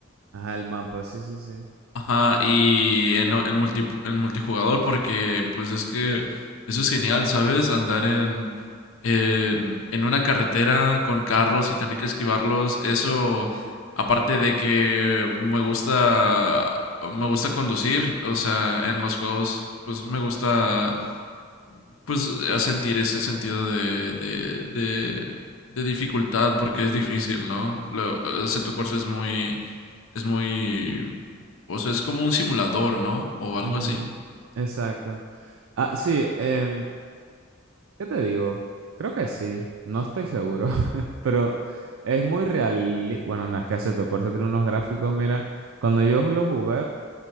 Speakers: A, on the right; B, on the left.
A: ajá, el mapa, sí, sí, sí.
B: Ajá, y en, en, multi- en multijugador, porque pues es que eso es genial, ¿sabes? Andar en, en, en una carretera con carros y tener que esquivarlos, eso, aparte de que me gusta, me gusta conducir, o sea, en los juegos, pues me gusta, pues a sentir ese sentido de, de, de, de dificultad, porque es difícil, ¿no? Lo, o sea, tu curso es muy... Es muy o sea, es como un simulador, ¿no? O algo
A: Ujú,
B: así.
A: Exacto. Ah, sí, em, ¿qué te digo? Creo que sí, no estoy seguro, <laughs> pero es muy real. Bueno, no, es que Assetto Corsa tiene unos gráficos, mira, cuando yo lo jugué,